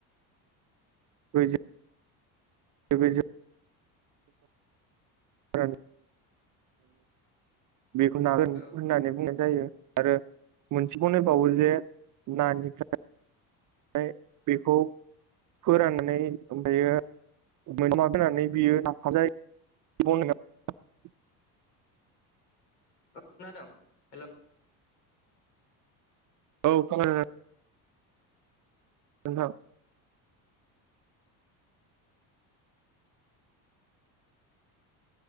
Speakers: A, on the right; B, on the left.
A: <unintelligible> <unintelligible> बेखौ नागोन
B: ओ
A: होननानै बुंनाय जायो आरो। मोनसे बनायबावोजे नानिफ्राय हाय बेखौ फोराननानै ओमफायो <unintelligible> बियो नाफाम जायो। <unintelligible>
B: ओ खोनादों हेल'
A: औ खोनादों। नोंथां